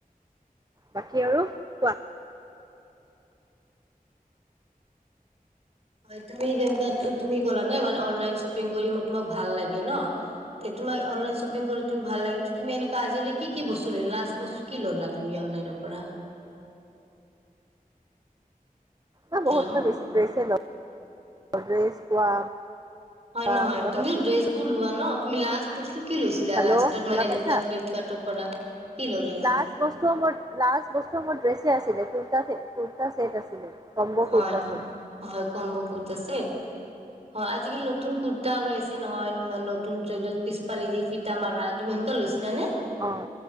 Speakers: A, on the right; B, on the right.
A: বাকী আৰু কোৱা।
B: হয় তুমি যেনেকোৱা তুমি ক'লা নে মানে অনলাইন শ্বপিং কৰি তোমাক ভাল লাগে ন। তোমাক অনলাইন শ্বপিং কৰি তুমি ভাল লাগে, তুমি এনেকোৱা আজিকালি কি কি বস্তু ললা? লাষ্ট বস্তু কি ললা তুমি অনলাইনৰ পৰা?
A: এ বহুত
B: হেল্ল'।
A: মানে মই বেছি ড্ৰেছে লও। ড্ৰেছ কোৱা।
B: হয়
A: বা
B: নহয়,
A: কিবা
B: তুমি
A: কচমেটিকছৰ
B: ড্ৰেছ বোৰ লোৱা ন? তুমি লাষ্ট বস্তু কি লৈছিলা
A: হেল্ল'
B: লাষ্টত
A: শুনা
B: মানে যেনেকুৱা
A: পাইছা?
B: ফ্লিপকাৰ্টৰ পৰা কি ল'লা
A: লাষ্ট বস্তু মোৰ লাষ্ট বস্তু মোৰ ড্ৰেছে আছে দেখোন। কুৰ্টা ছেট আছিলে। কম্ব
B: হয়
A: কুৰ্তা
B: হয়
A: ছেট
B: হয় কম্ব কুৰ্টা ছেত অ আজিকালি নতুন কুৰ্তা ওলাইছে নহয় নতুনত পিছপালি যি ফিতা মাৰা তুমি সেনেকোৱা লৈছিলানে।
A: অ